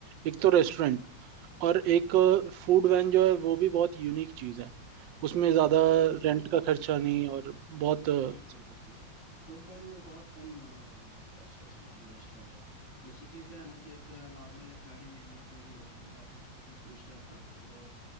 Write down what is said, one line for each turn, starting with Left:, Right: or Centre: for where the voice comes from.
Right: एक तो रेस्टोरेंट
Left: हम्म
Right: और एक
Left: हम्म
Right: फूड वैन जो है वो भी बहुत यूनिक चीज है उसमें ज्यादा
Left: फूड
Right: रेंट
Left: वैन में
Right: का खर्चा नहीं
Left: हम्म
Right: और बहुत अ,
Left: बिल्कुल बिल्कुल फूड वैन में बहुत कम अ, खर्च है उसमें इन्वेस्टमेंट है बेसिकली क्या है ना कि एक नॉर्मल एक गाड़ी ले लिए कोई भी ओमनी या फिर कुछ भी उस टाइप का जो